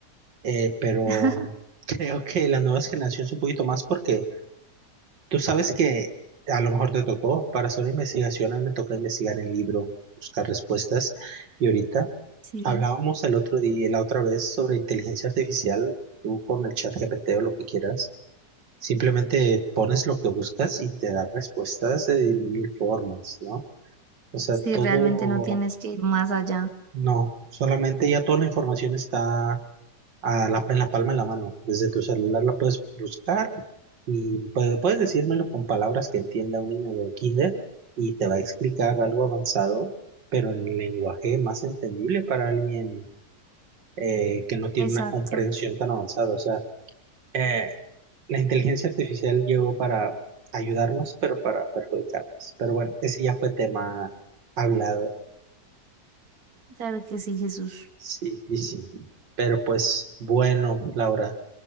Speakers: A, on the right; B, on the right.
A: eh, pero
B: <laughs>
A: <laughs> creo que las nuevas generaciones un poquito más porque tú sabes que a lo mejor te tocó, para hacer una investigación, a mí me toca investigar en libro, buscar respuestas, y ahorita
B: Sí,
A: hablábamos el otro día, la otra vez, sobre inteligencia artificial, tú con el chat GPT o lo que quieras, simplemente pones lo que buscas y te da respuestas de mil formas, ¿no? O sea,
B: sí,
A: todo
B: realmente no tienes que ir más allá.
A: no, solamente ya toda la información está a la, en la palma de la mano. Desde tu celular la puedes buscar y puede- puedes decírmelo con palabras que entienda un niño de kinder y te va a explicar algo avanzado, pero en lenguaje más entendible para alguien eh, que no tiene
B: Exacto.
A: una comprensión tan avanzada. O sea, eh, la inteligencia artificial llegó para ayudarnos, pero para perjudicarnos. Pero bueno, ese ya fue tema hablado
B: Claro que sí, Jesús.
A: Sí, sí, sí. Pero pues bueno, Laura,